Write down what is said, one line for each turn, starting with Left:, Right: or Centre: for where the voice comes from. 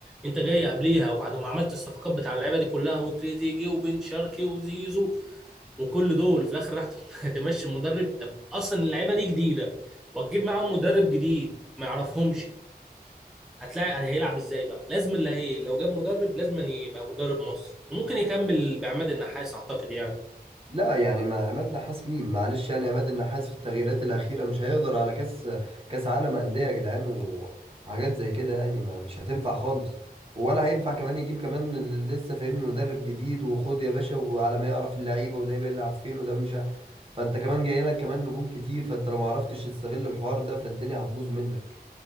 Centre: انت جاي قبليها وبعد ما عملت الصفقات بتاع اللعيبه دي كلها وتريزيجيه وبن شرقي وزيزو وكل دول في الاخر راح تم- <laughs> تمشي المدرب طب اصلا اللعيبه دي جديده وتجيب معاهم مدرب جديد ما يعرفهمش هتلاقي هيلعب ازاي بقى لازم اللي هي لو جاب مدرب لازم أن يبقى مدرب مصر وممكن يكمل بعماد النحاس اعتقد يعني
Right: لا يعني مع عماد نحاس مين معلش يعني عماد النحاس في التغييرات الأخيرة مش هيقدر على كأس كأس عالم أندية يا جدعان و- وحاجات زي كده يعني ما مش هتنفع خالص ولا هينفع كمان يجيب كمان ال- لسه فاهمني مدرب جديد وخد يا باشا وعلى ما يعرف اللعيبة وده بيلعب فين وده مش ه- فأنت كمان جاي لك كمان نجوم كتير فأنت لو ما عرفتش تستغل الحوار ده فالدنيا هتبوظ منك